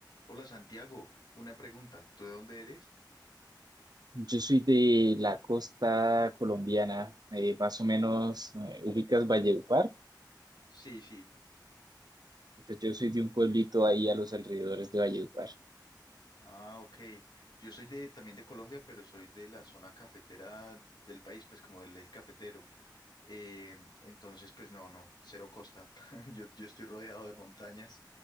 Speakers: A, on the left; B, on the right.
A: Hola Santiago, una pregunta, ¿tú de dónde eres?
B: Yo soy de la costa colombiana, eh, más o menos, eh, ubicas Valledupar,
A: Sí, sí.
B: pues yo soy de un pueblito ahí a los alrededores de Valledupar.
A: Ah, ok. Yo soy de también de Colombia, pero soy de la zona cafetera del país, pues como del eje cafetero. Eh, entonces, pues no, no, cero costa. <laughs> Yo, yo estoy rodeado de montañas.